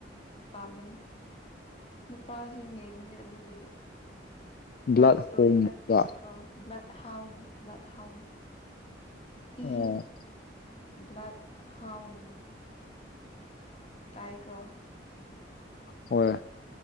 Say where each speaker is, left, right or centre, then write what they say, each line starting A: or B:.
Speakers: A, on the left; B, on the left.
A: ꯄꯥꯝꯃꯅꯤ ꯅꯨꯄꯥꯁꯤꯡ ꯌꯦꯡꯕꯅꯦ ꯑꯗꯨꯗꯗꯤ꯫
B: ꯕ꯭ꯂꯠ
A: ꯂꯚ ꯁꯇꯣꯔꯤ
B: ꯍꯣꯝꯕ
A: ꯅꯠꯇꯦꯕꯀꯣ꯫ ꯑ ꯕ꯭ꯂꯠ ꯍꯥꯎꯟ ꯕ꯭ꯂꯠ ꯍꯥꯎꯟ ꯏ꯫
B: ꯑꯣ
A: ꯕ꯭ꯂ ꯍꯥꯎꯟ꯫ ꯇꯥꯏꯀꯣ꯫
B: ꯍꯣꯏ꯫